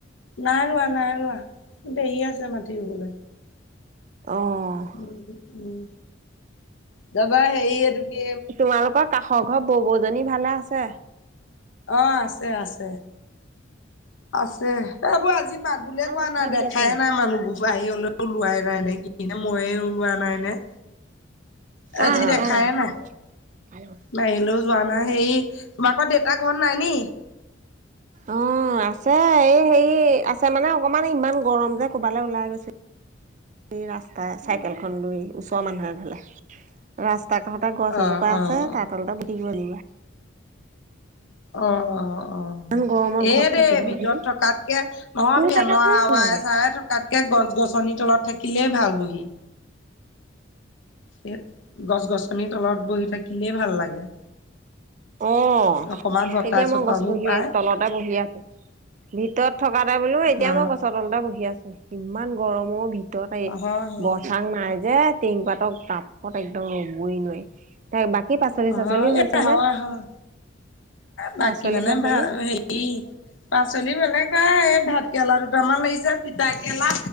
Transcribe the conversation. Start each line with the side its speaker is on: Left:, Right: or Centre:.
Left: নাই ৰোৱা নাই ৰোৱা, দেৰি আছে মাটি ৰুবলৈ।
Right: অঁ।
Left: উম উম, তাপা হেৰি এইটো কি
Right: তোমালোকৰ কাষৰ ঘৰ বৌবৌজনী ভালে আছে?
Left: অ' আছে, আছে। আছে, এইবোৰ আজি মাত বুলিয়ে
Right: ভাল
Left: কোৱা
Right: কথা
Left: নাই
Right: পাতি
Left: দেখাই
Right: আছো
Left: নাই মানুহবোৰ। বোৱাৰী হলেও ওলোৱাই নাই নেকি নে মইয়ে ওলোৱা নাই নে?
Right: কাৰ
Left: আজি দেখাই
Right: কাৰ লগত কথা
Left: নাই,
Right: পাতিছো কাৰ লগত
Left: বাৰীলৈ। যোৱা নাই হেৰি তোমালোকৰ দেউতা ঘৰত নাই নি?
Right: অ', আছে এই হেৰি আছে মানে অকমান ইমান গৰম যে ক'বালে ওলাই গৈছে। ই ৰাস্তাই চাইকেলখন লৈ ওচৰৰ মানুহ এঘৰলে। ৰাস্তা কাষতে গছ
Left: অ'
Right: এজোপা
Left: অ'
Right: আছে
Left: অ'।
Right: তাৰ তলতে বহি <unintelligible>
Left: অ', অ', অ'
Right: ইমান গৰমত
Left: এইটোৱে
Right: ঘৰত থাকিব নোৱাৰি।
Left: ভিতৰত থকাতকে অ'
Right: তুমি
Left: ফেনৰ
Right: চাগে কোন
Left: হাৱাই
Right: ফালে?
Left: চাৰে থকাতকে গছ-গছনি তলত থাকিলেই ভাল বহি। সেই গছ-গছনিৰ তলত বহি থাকিলেই ভাল লাগে।
Right: অ',
Left: অকমান বতাহ
Right: এতিয়া
Left: চতাহো
Right: মই গছ বহিয়ে
Left: পায়
Right: তলতে বহি আছোঁ। ভিতৰত থকা নাই বোলো, এতিয়া
Left: অ
Right: মই গছৰ তলতে বহি আছোঁ। ইমান গৰমৰ অ' ভিতৰত এই
Left: অ হয় হয়
Right: বৰচাং নাই যে। টিং পাতৰ তাপত একদম ৰ'বই নোৱাৰি। বাকী পাচলি-চাচলি
Left: হয় এই
Right: হৈছে নে?
Left: হয় হয় বাকী
Right: পাচলি-চাচলি।
Left: মানে <unintelligible> পাচলি বেলেগ নাই, এই ভাতকেৰেলা দুটামান লাগিছে তিতাঁকেলা